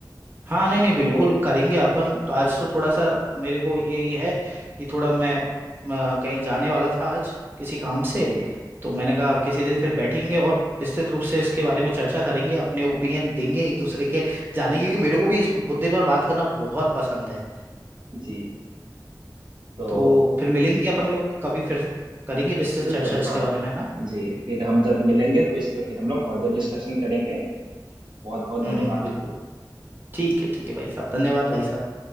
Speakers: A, on the right; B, on the right.
A: हाँ नहीं नहीं बिल्कुल
B: तो
A: करेंगे अपन तो आज तो थोड़ा सा मेरे को ये ही है कि थोड़ा मैं अ, कहीं जाने वाला था आज किसी काम से
B: जी
A: तो मैंने कहा किसी दिन फिर बैठेंगे और विस्तृत रूप से इसके बारे में चर्चा करेंगे अपने ओपिनियन देंगे एक दूसरे के जानेंगे क्योंकि मेरे को भी इस मुद्दे पर बात करना बहुत पसंद है
B: जी तो
A: तो फिर मिलेंगे अपन लोग कभी फिर करेंगे विस्तृत
B: बिल्कुल
A: चर्चा इसके
B: हाँ
A: बारे में है ना
B: जी फिर हम जब मिलेंगे तो इस पे फिर हम लोग फर्दर डिस्कशन करेंगे बहुत बहुत
A: हम्म
B: धन्यवाद
A: हम्म बिल्कुल
B: आपका
A: ठीक है ठीक है भाई साहब धन्यवाद भाई साहब